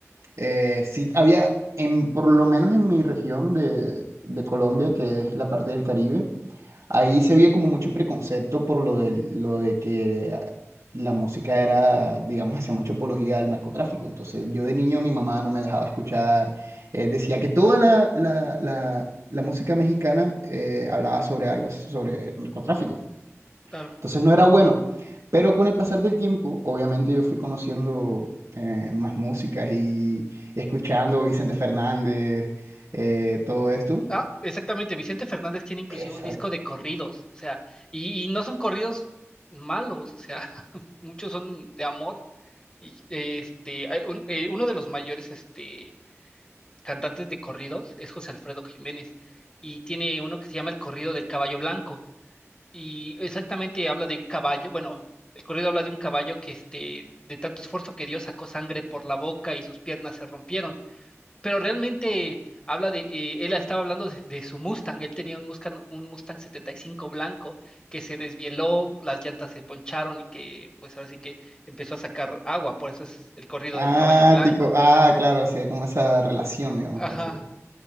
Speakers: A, on the right; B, on the left.
A: eh, sí había, en, por lo menos en mi región de, de Colombia, que es la parte del Caribe, Ahí se veía como mucho preconcepto por lo de, lo de que ah, la música era, digamos, hacía mucha apología al narcotráfico. Entonces, yo de niño mi mamá no me dejaba escuchar. eh, decía que toda la, la- la- la música mexicana eh, hablaba sobre algo, sobre narcotráfico.
B: claro.
A: Entonces, no era bueno. Pero con el pasar del tiempo, obviamente yo fui conociendo eh, más músicas y, y escuchando Vicente Fernández, eh, todo esto.
B: Ah, exactamente. Vicente Fernández tiene inclusive
A: Exacto.
B: un disco de corridos, o sea, y, y no son corridos malos, o sea, <laughs> muchos son de amor. Y este, hay un- eh, uno de los mayores este, cantantes de corridos es José Alfredo Jiménez, y tiene uno que se llama El Corrido del Caballo Blanco, y exactamente habla de un caballo, bueno, el corrido habla de un caballo que este, de tanto esfuerzo que dio sacó sangre por la boca y sus piernas se rompieron pero realmente habla de, eh, él estaba hablando de, de su Mustang, él tenía un Mustang, un Mustang 75 blanco que se desvieló, las llantas se poncharon y que pues ahora sí que empezó a sacar agua, por eso es el corrido
A: Ah,
B: del caballo blanco.
A: tipo, ah, claro, así como esa relación, digamos,
B: Ajá,
A: por así. decirlo.